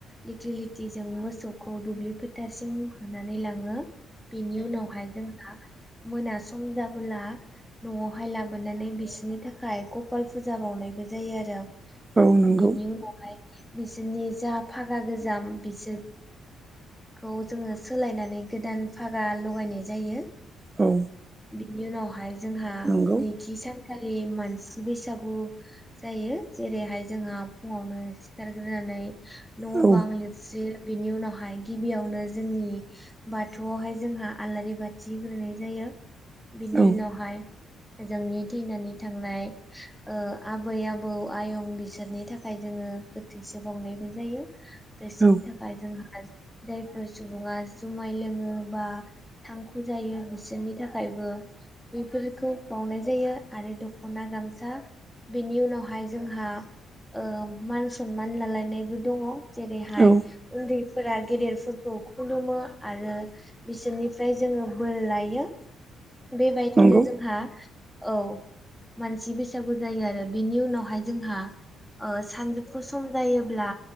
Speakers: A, in the centre; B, on the right.
A: दिग्लिलिथिजों मोसौखौ दुब्लि फोथारसिम खौ होनानै लाङो बेनि उनावहाय जोंहा मोना सम जाबोला न'आवहाय लाबोनानै बिसोरनि थाखाय गपाल फुजा बावनायबो जायो आरो।
B: औ नंगौ
A: बिनि उनावहाय बिसोरनि जा फागा गोजाम बिसोर खौ जोङो सोलायनानै गोदान फागा लगायनाय जायो।
B: औ
A: बिनि उनावहाय जोंहा
B: नंगौ
A: नैथि सान खालि मानसि बैसागु जायो जेरैहाय जोंहा फुङावनो सिखारग्रोनानै न'
B: औ
A: बां लिरस्रि बेनि उनावहाय गिबियावनो जोंनि बाथौआवहाय जोंहा आलारि बाथि होनाय जायो। बिनि
B: औ
A: उनावहाय जोंनि थैनानै थांनाय ओ आबै आबौ आयं बिसोरनि थाखाय जोङो गोथैसो बावनायबो जायो। बिसोरनि
B: औ
A: थाखाय जोंहा आज जायफोर सुबुङा जुमाय लोङो बा थांखु जायो बिसोरनि थाखायबो बेफोरखौ बावनाय जायो आरो दख'ना गामसा बिनि उनावहाय जोंहा ओ मान सनमान लालायनायबो दङ जेरैहाय
B: औ
A: उन्दै फोरा गेदेरफोरखौ खुलुमो आरो बिसोरनिफ्राय जोङो बोर लायो बेबायदिनो
B: नंगौ
A: जोंहा औ मानसि बैसागु जायो आरो बिनि उनावहाय जोंहा ओ सानजुफु सम जायोब्ला